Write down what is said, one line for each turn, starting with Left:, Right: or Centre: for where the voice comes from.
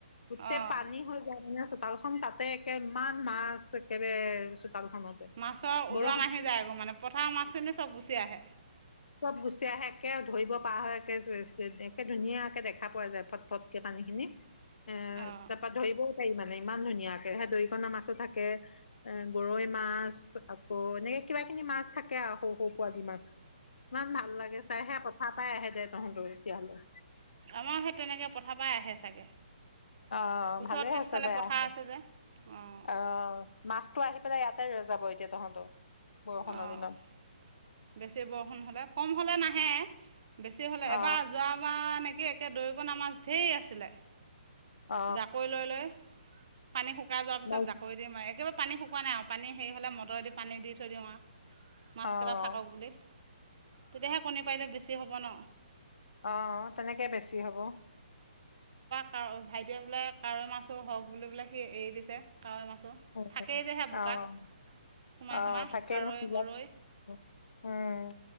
Left: গোটেই
Right: অঁ
Left: পানী হৈ যায় মানে। তালখন তাতে একেমান মাছ একেবাৰে চোতালখনতে
Right: মাছৰ
Left: বৰষুণ
Right: ওজন আহি যায় আগৌ মানে পথাৰৰ মাছখিনি চব গুচি আহে।
Left: চব গুচি আহে, একে ধৰিব পৰা হয় একে, একে ধুনীয়াকে দেখা পোৱা যায় ফট-ফটকে মানে পানীখিনি। এ
Right: অঁ
Left: তাৰ পৰা ধৰিবও পাৰি মানে ইমান ধুনীয়াকে, সে দৰিকণা মাছো থাকে। এ গৰৈ মাছ আকৌ এনেকে কিবা খিনি মাছ থাকে সৰু-সৰু পোৱালি মাছ। ইমান ভাল লাগে চাইহে কথা পাই আহে দে, তহঁতৰ এতিয়ালৈ
Right: আমাৰ সেই তেনেকে পথাৰ পৰা আহে চাগে!
Left: অহ
Right: ওচৰত
Left: ভালেই
Right: পিছফালে
Left: হৈছে দে
Right: পথাৰ
Left: আহিলে
Right: আছে যে অঁ
Left: অহ। মাছটো আহি পেলাই ইয়াতে ৰৈ যাব এতিয়া তহঁতৰ বৰষুণৰ
Right: অ'
Left: দিনত
Right: বেছি বৰষুণ হ'লে, কম হ'লে নাহে। বেছি হ'লে
Left: অ
Right: এবাৰ যোৱাবাৰ নেকি, একে দৰিকণা মাছ ঢেৰ আছিলে।
Left: অ
Right: জাকৈ লৈ লৈ পানী শুকাই যোৱাৰ পিছত
Left: অ
Right: জাকৈ দি মাৰি একেবাৰে পানী শুকোৱা নাই আৰু পানী হেৰি হ'লে মটৰদি পানী দি থৈ দিও আৰু মাছকেইটা
Left: অ
Right: থাকক বুলি তেতিয়াহে কণী পাৰিলে বেছি হ'ব ন।
Left: অহ তেনেকে বেছি হ'ব।
Right: কাৱ ভাইটিয়ে বোলে কাৱৈ মাছো হওক বুলি বোলে সি এৰি দিছে। কাৱৈ মাছো
Left: উ
Right: থাকেই যে সেয়া বোকাত
Left: অহ-অহ।
Right: সোমাই সোমাই
Left: তাকে
Right: কাৱৈ
Left: নো <unintelligible>
Right: গৰৈ
Left: উম।